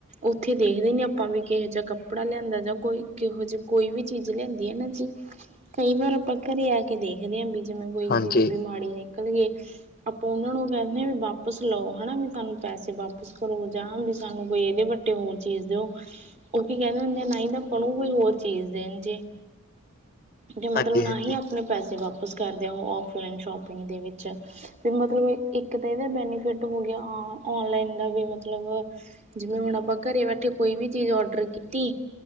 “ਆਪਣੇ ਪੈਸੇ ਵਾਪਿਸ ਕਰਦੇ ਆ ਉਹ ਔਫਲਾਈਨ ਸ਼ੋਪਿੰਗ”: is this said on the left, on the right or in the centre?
Right